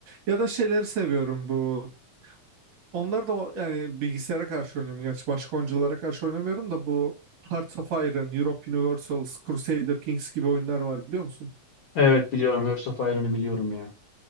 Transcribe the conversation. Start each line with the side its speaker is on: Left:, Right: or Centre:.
Right: Ya da şeyleri seviyorum bu. Onları da o- yani bilgisayara karşı oynuyorum. Gerçi başka oyunculara karşı oynamıyorum da bu Hearts of Iron, Europe Universals, Crusader Kings gibi oyunlar var biliyor musun?
Left: Evet biliyorum Hearts of Iron'ı biliyorum ya.